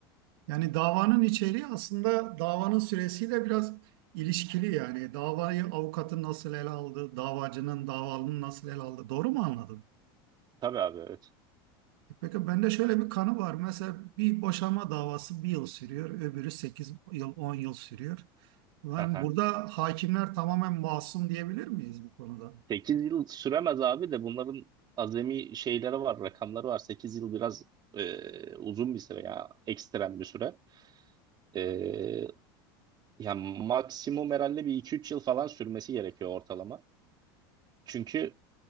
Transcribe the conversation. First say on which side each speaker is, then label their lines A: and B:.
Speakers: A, on the right; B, on the right.
A: Yani davanın içeriği aslında davanın süresiyle biraz ilişkili yani. Davayı avukatın nasıl ele aldı, davacının, davalının nasıl ele aldı. Doğru mu anladım?
B: Tabii abi evet.
A: Peki bende şöyle bir kanı var. Mesela bir boşanma davası bir yıl sürüyor, öbürü 8 yıl, 10 yıl sürüyor. Yani
B: <laughs>
A: burada hakimler tamamen masum diyebilir miyiz bu konuda?
B: 8 yıl süremez abi de bunların azami şeyleri var, rakamları var. 8 yıl biraz e, uzun bir süre ya ekstrem bir süre. E, ya maksimum herhalde bir 2-3 yıl falan sürmesi gerekiyor ortalama. Çünkü